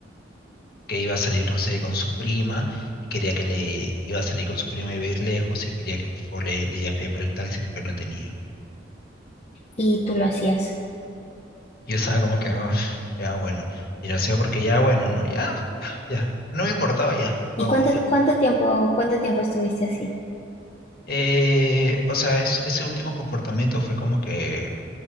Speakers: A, on the left; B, on the left.
A: que iba a salir, no sé, con su prima y quería que le iba a salir con su prima y iba a ir lejos y quería que por favor le, le yapee para el taxi porque no tenía.
B: Y tú lo hacías.
A: Yo estaba como que, "Ah, ya bueno, y lo hacía porque ya bueno, ¿no? Ya, <sighs> ya, no me importaba ya, toma
B: ¿Y cuánto,
A: ya.
B: cuánto tiempo, cuánto tiempo estuviste así?
A: Eh, o sea, es- ese último comportamiento fue como que